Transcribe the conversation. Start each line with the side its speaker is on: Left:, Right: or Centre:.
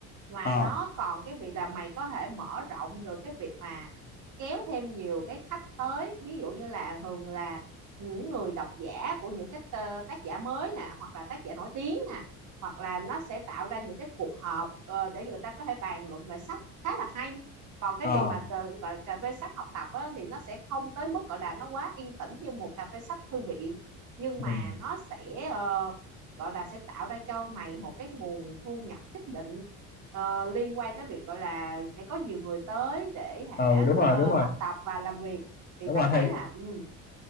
Right: mà
Left: ờ
Right: nó còn cái việc là mày có thể mở rộng được cái việc mà kéo thêm nhiều cái khách tới ví dụ như là thường là những người độc giả của những cái tơ- tác giả mới nè hoặc là tác giả nổi tiếng nè hoặc là nó sẽ tạo ra những cái cuộc họp ờ, để người ta có thể bàn luận về sách khá là hay còn cái
Left: ờ
Right: việc mà ờ, gọi là cà phê sách học tập á, thì nó sẽ không tới mức gọi là nó quá yên tĩnh như một cà phê sách thư viện nhưng mà
Left: ừ,
Right: nó sẽ ờ, gọi là sẽ tạo ra cho mày một cái nguồn thu nhập nhất định ờ, liên quan tới việc gọi là sẽ có nhiều người tới để hả
Left: ừ đúng rồi
Right: ờ,
Left: đúng rồi
Right: học tập và làm việc thì
Left: đúng
Right: tao
Left: rồi thì
Right: thấy là ừ,